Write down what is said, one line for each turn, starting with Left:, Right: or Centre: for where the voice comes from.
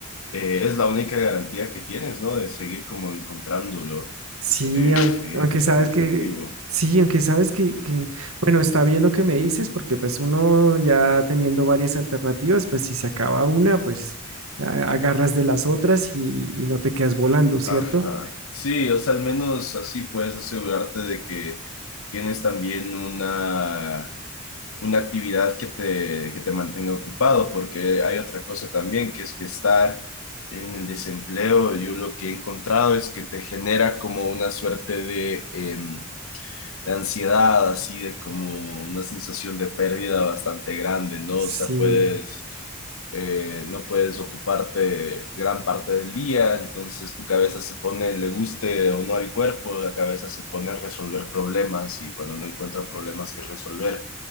Left: eh, es la única garantía que tienes, ¿no? De seguir como encontrándolo,
Right: Sí,
Left: eh,
Right: aun-
Left: seguir
Right: aunque,
Left: encontrando
Right: sabes que,
Left: efectivo.
Right: sí, aunque sabes que, que, bueno, está bien lo que me dices, porque pues uno ya teniendo varias alternativas, pues si se acaba una, pues a- agarras de las otras y, y no te quedas volando, ¿cierto?
Left: Ajá. Sí, o sea, al menos así puedes asegurarte de que tienes también una una actividad que te, que te mantenga ocupado, porque hay otra cosa también, que es que estar en el desempleo, yo lo que he encontrado es que te genera como una suerte de... em, de ansiedad, así de como una sensación de pérdida bastante grande, ¿no?
Right: Sí,
Left: O sea, puedes, eh, no puedes ocuparte gran parte del día, entonces tu cabeza se pone, le guste o no al cuerpo, la cabeza se pone a resolver problemas y cuando no encuentra problemas que resolver,